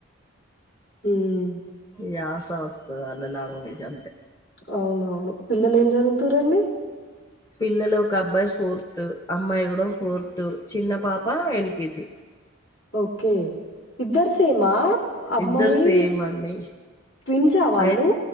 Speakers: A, on the left (about 65°); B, on the left (about 15°).
A: హ్మ్
B: యాస వస్తాది అదే లాంగ్వేజ్ అంతే
A: అవునవును పిల్లలు ఏం చదువుతారండి
B: పిల్లలు ఒక అబ్బాయి ఫోర్త్ అమ్మాయి కూడా ఫోర్త్ చిన్న పాప ఎల్కేజీ
A: ఓకే ఇద్దరు సేమా అమ్మాయి
B: ఇద్దరు సేమ్ అండి
A: ట్విన్స వాళ్ళు
B: అయి